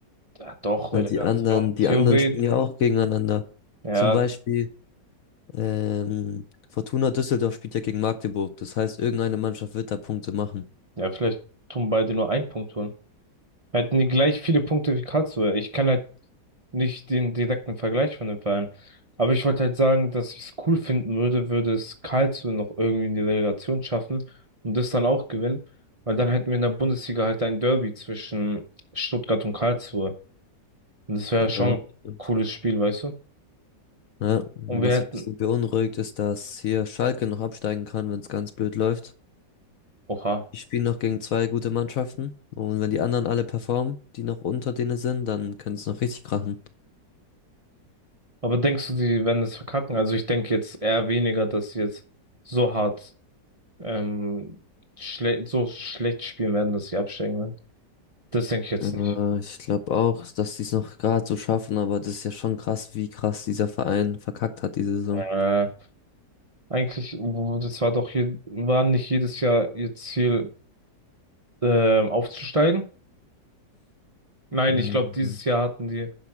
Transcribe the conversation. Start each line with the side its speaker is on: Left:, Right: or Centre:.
Right: Ja, doch,
Left: Weil
Right: Relegation,
Left: die anderen, die
Right: Theorie
Left: anderen spielen ja auch gegeneinander.
Right: Ja,
Left: Zum Beispiel. Ähm, Fortuna Düsseldorf spielt ja gegen Magdeburg. Das heißt, irgendeine Mannschaft wird da Punkte machen.
Right: ja, vielleicht tun beide nur einen Punkt holen. Hätten die gleich viele Punkte wie Karlsruhe. Ich kann halt nicht den direkten Vergleich von den Vereinen. Aber ich wollte halt sagen, dass ich es cool finden würde, würde es Karlsruhe noch irgendwie in die Relegation schaffen und das dann auch gewinnen. Weil dann hätten wir in der Bundesliga halt ein Derby zwischen Stuttgart und Karlsruhe. Und das wäre
Left: Ja.
Right: schon ein
Left: Und,
Right: cooles Spiel, weißt du?
Left: ne, was
Right: Und wir hätten,
Left: mich ein bisschen beunruhigt, ist, dass hier Schalke noch absteigen kann, wenn es ganz blöd läuft.
Right: oha.
Left: Die spielen noch gegen zwei gute Mannschaften. Und wenn die anderen alle performen, die noch unter denen sind, dann können es noch richtig krachen.
Right: Aber denkst du, die werden es verkacken? Also ich denke jetzt eher weniger, dass sie jetzt so hart, ähm, schle so schlecht spielen werden, dass sie absteigen werden. Das denke ich jetzt
Left: Äh,
Right: nicht.
Left: ich glaube auch, dass die es noch gerade so schaffen, aber das ist ja schon krass, wie krass dieser Verein verkackt hat diese Saison.
Right: Äh, eigentlich, wo- das war doch hier, war nicht jedes Jahr ihr Ziel, äh, aufzusteigen. Nein,
Left: Mhm.
Right: ich glaube, dieses Jahr hatten die